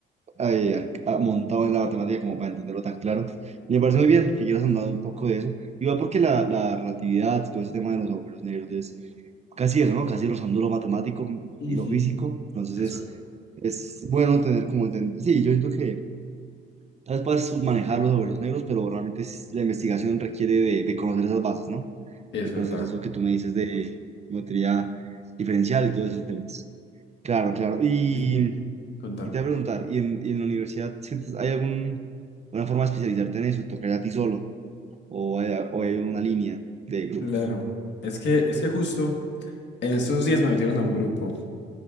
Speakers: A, on the right; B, on the left.
A: eh, ac- ah, montado en la matemática como para entenderlo tan claro. Y me parece
B: ajá.
A: muy bien que quieras andar un poco de eso. Igual porque la, la relatividad, todo ese tema de los agujeros negros es casi eso, ¿no? Casi rozando lo matemático
B: Ujú,
A: y lo físico. Entonces
B: Es
A: es,
B: verdad.
A: es bueno tener como entender. Sí, yo siento que. Tal vez puedas manejar los agujeros negros, pero realmente es- la investigación requiere de, de conocer esas bases, ¿no?
B: Es
A: De
B: verdad.
A: conocer eso que tú me dices de geometría diferencial y todos esos temas. Claro, claro. Y,
B: Sí, contame.
A: y te voy a preguntar, ¿y en, y en la universidad sientes, hay algún, alguna forma de especializarte en eso? ¿Tocaría a ti solo? ¿O hay, o hay una línea de grupos?
B: Claro. Es que, es que justo en estos días me metieron a un grupo